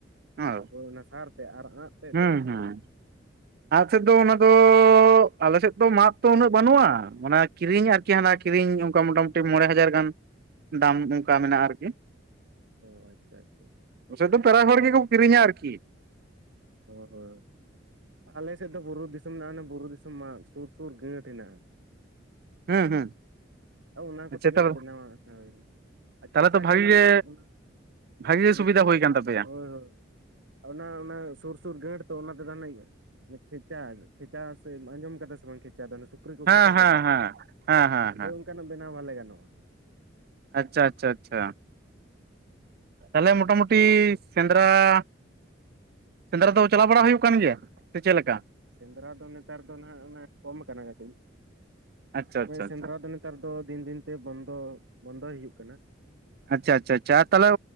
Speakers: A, on the right (about 55°); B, on the right (about 70°).
A: ᱦᱚᱸ
B: ᱚᱱᱟ ᱥᱟᱨ ᱛᱮ ᱟᱨ ᱟᱸᱜ ᱛᱮᱫ
A: ᱦᱩᱸ
B: ᱫᱚ
A: ᱦᱩᱸ
B: <inaudible>
A: <unintelligible> ᱥᱮᱫ ᱫᱚ ᱚᱱᱟ ᱫᱚ ᱟᱞᱮᱥᱮᱫ ᱫᱚ ᱢᱟᱫ ᱛᱚ ᱩᱱᱟᱹᱜ ᱵᱟᱹᱱᱩᱜᱼᱟ ᱚᱱᱟ ᱠᱤᱨᱤᱧ ᱟᱨ ᱠᱤ ᱦᱟᱱᱟ ᱠᱤᱨᱤᱧ ᱚᱱᱠᱟ ᱢᱚᱴᱟᱢᱩᱴᱤ ᱢᱚᱬᱮ ᱦᱟᱡᱟᱨ ᱜᱟᱱ ᱫᱟᱢ ᱚᱱᱠᱟ ᱢᱮᱱᱟᱜᱼᱟ ᱟᱨᱠᱤ
B: ᱚ ᱟᱪᱪᱷᱟ ᱟᱪᱪᱷᱟ
A: ᱥᱮᱫ ᱫᱚ ᱯᱮᱲᱟ ᱦᱚᱲ ᱜᱮᱠᱚ ᱠᱤᱨᱤᱧᱟ ᱟᱨᱠᱤ
B: ᱦᱚᱭ ᱦᱚᱭ, ᱟᱞᱮ ᱥᱮᱫ ᱫᱚ ᱵᱩᱨᱩ ᱫᱤᱥᱚᱢ ᱢᱮᱱᱟᱜᱼᱟ ᱵᱩᱨᱩ ᱫᱤᱥᱚᱢ ᱢᱟᱫ ᱥᱩᱨ ᱥᱩᱨ ᱜᱟᱹᱴ ᱦᱮᱱᱟᱜᱼᱟ
A: ᱦᱩᱸ ᱦᱩᱸ
B: ᱚᱱᱟ ᱠᱚᱛᱮ
A: ᱟᱪᱪᱷᱟ
B: ᱜᱮᱞᱮ
A: ᱛᱟᱦᱚᱞᱮ
B: ᱵᱮᱱᱟᱣᱟ ᱦᱳᱭ ᱟᱨ ᱠᱷᱮᱪᱟ
A: ᱛᱟᱦᱚᱞᱮ ᱛᱚ ᱵᱷᱟᱜᱤ
B: ᱠᱚᱱᱟᱜ
A: ᱜᱮ
B: ᱚᱱᱟ- <inaudible>
A: ᱵᱷᱟᱜᱤ ᱜᱮ ᱥᱩᱵᱤᱫᱷᱟ ᱦᱩᱭ ᱠᱟᱱ ᱛᱟᱯᱮᱭᱟ
B: ᱦᱳᱭ ᱦᱳᱭ ᱚᱱᱟ ᱚᱱᱟ ᱥᱩᱨ ᱥᱩᱨ ᱜᱟᱹᱴ ᱛᱚ ᱚᱱᱟᱛᱮᱫᱚ ᱟᱱᱮᱡ ᱠᱷᱮᱪᱟ ᱠᱷᱮᱪᱟ ᱥᱮ ᱟᱸᱡᱚᱢ ᱠᱟᱫᱟ ᱥᱮ ᱵᱟᱝ ᱠᱷᱮᱪᱟ ᱫᱚ ᱦᱟᱱᱮ- ᱯᱩᱠᱷᱨᱤ ᱠᱚ
A: ᱦᱮᱸ
B: ᱠᱷᱮᱪᱟ
A: ᱦᱮᱸ
B: ᱠᱚᱫᱚ
A: ᱦᱮᱸ ᱦᱮᱸ ᱦᱮᱸ
B: ᱦᱳᱭ
A: ᱦᱮᱸ
B: ᱚᱱᱠᱟᱱᱟᱜ ᱵᱮᱱᱟᱣ ᱵᱟᱞᱮ ᱜᱟᱱᱚᱜᱼᱟ
A: ᱟᱪᱪᱷᱟ ᱟᱪᱪᱷᱟ ᱟᱪᱪᱷᱟ ᱛᱟᱦᱞᱮ ᱢᱳᱴᱟᱢᱩᱴᱤ ᱥᱮᱸᱫᱽᱨᱟ- ᱥᱮᱸᱫᱽᱨᱟ ᱫᱚ ᱪᱟᱞᱟᱣ ᱵᱟᱲᱟ ᱦᱩᱭᱩᱜ ᱠᱟᱱ ᱜᱮᱭᱟ ᱥᱮ ᱪᱮᱫ ᱞᱮᱠᱟ
B: ᱥᱮᱸᱫᱽᱨᱟ ᱫᱚ ᱱᱮᱛᱟᱨ ᱫᱚ ᱱᱟᱦᱟᱜ ᱠᱚᱢ ᱟᱠᱟᱱᱟ ᱠᱟᱹᱴᱤᱡ
A: ᱟᱪᱪᱷᱟ ᱟᱪᱪᱷᱟ
B: ᱥᱮᱸᱫᱽᱨᱟ
A: ᱟᱪᱪᱷᱟ
B: ᱫᱚ ᱱᱮᱛ- ᱱᱮᱛᱟᱨ ᱫᱚ ᱫᱤᱱ ᱫᱤᱱ ᱛᱮ ᱵᱚᱱᱫᱚ ᱵᱚᱱᱫᱚᱭ ᱦᱩᱭᱩᱜ ᱠᱟᱱᱟ
A: ᱟᱪᱪᱷᱟ ᱟᱪᱪᱷᱟ ᱟᱪᱪᱷᱟ ᱛᱟᱦᱚᱞᱮ